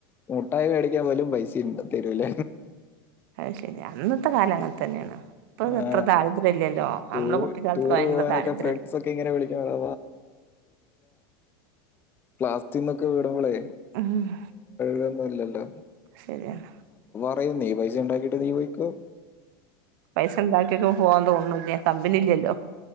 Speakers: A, on the left; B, on the right.
A: മുട്ടായി മേടിക്കാൻ പോലും പൈസുണ്ട് തരൂല
B: അത് ശരി അന്നത്തെ കാലം അങ്ങനെ തന്നെയാണ് ഇപ്പൊ ഇത്
A: ആ
B: എത്ര ദാരിദ്ര്യം ഇല്ലല്ലോ നമ്മളെ
A: ടൂർ
B: കുട്ടിക്കാലത്ത്
A: ടൂർ
B: ഭയങ്കര
A: പോവാനൊക്കെ
B: ദാരിദ്ര്യംമല്ല
A: ഫ്രണ്ട്സ് ഒക്കെ ഇങ്ങനെ വിളിക്കും എടാ ക്ലാസ്സിൽന്നൊക്കെ വീടുമ്പോളേ
B: ഉഹ
A: ഴൊന്നുംല്ലല്ലോ
B: ശരിയാണ്
A: പറയ നീ പൈസ ഉണ്ടാക്കിട്ട് നീ പോോയ്ക്കോ
B: പൈസ ഉണ്ടാക്കക്ക പോവാൻന്തോന്ന തമ്പിനില്ലല്ലോ